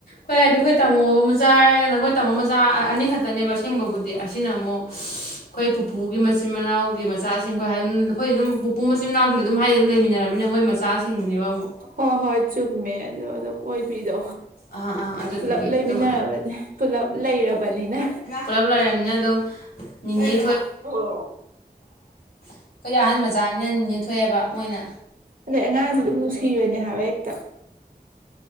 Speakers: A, on the left; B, on the right.
A: ꯍꯣꯏ ꯍꯥꯏꯗꯤ ꯑꯩꯈꯣꯏ ꯇꯥꯃꯣ ꯃꯆꯥ ꯍꯥꯏꯔꯒꯅ ꯑꯩꯈꯣꯏ ꯇꯥꯃꯣ ꯃꯆꯥ ꯑꯅꯤꯈꯛꯇꯅꯦꯕ ꯑꯁꯦꯡꯕꯕꯨꯗꯤ ꯑꯁꯤꯅ ꯑꯃꯨꯛ ꯑꯩꯈꯣꯏ ꯄꯨꯄꯨꯒꯤ ꯃꯆꯤꯟ ꯃꯅꯥꯎꯒꯤ ꯃꯆꯥꯁꯤꯡ ꯑꯩꯈꯣꯏ ꯍꯥꯏꯝ ꯑꯩꯈꯣꯏꯗꯤ ꯑꯗꯨꯝ ꯄꯨꯄꯨ ꯃꯆꯤꯟ ꯃꯅꯥꯎꯁꯤꯡꯗꯤ ꯑꯗꯨꯝ ꯍꯥꯏꯗꯤ ꯑꯗꯨꯝ ꯂꯩꯃꯤꯟꯅꯔꯃꯤꯅ ꯃꯣꯏ ꯃꯆꯥꯁꯤꯡꯗꯨꯅꯦꯕ ꯑꯃꯨꯛ
B: ꯍꯣꯏ ꯍꯣꯏ ꯆꯨꯝꯃꯦ ꯑꯗꯨ ꯑꯗꯨꯝ ꯑꯣꯏꯕꯤꯗꯣ
A: ꯑ ꯑꯥ ꯑꯗꯨꯗꯨꯒꯤ
B: ꯄꯨꯂꯞ ꯂꯩꯃꯤꯟꯅꯔꯕꯅꯤ
A: ꯑꯗꯨꯝ
B: ꯄꯨꯂꯞ ꯂꯩꯔꯕꯅꯤꯅ
A: ꯄꯨꯂꯞ ꯂꯥꯏꯃꯤꯅ ꯑꯗꯨꯝ ꯅꯤꯅ‌ꯦ
B: ꯍꯣꯏ
A: ꯑꯩꯈꯣꯏꯗꯤ ꯑꯍꯟ ꯃꯆꯥꯅꯤꯅ ꯅꯤꯅꯦ ꯊꯣꯛꯑꯦꯕ ꯃꯣꯏꯅ
B: ꯑꯗꯩ ꯑꯉꯥꯡꯁꯤ ꯑꯗꯨꯃ ꯅꯨꯡꯁ ꯊꯤꯕꯅꯦ ꯍꯥꯏꯕ ꯌꯦꯛ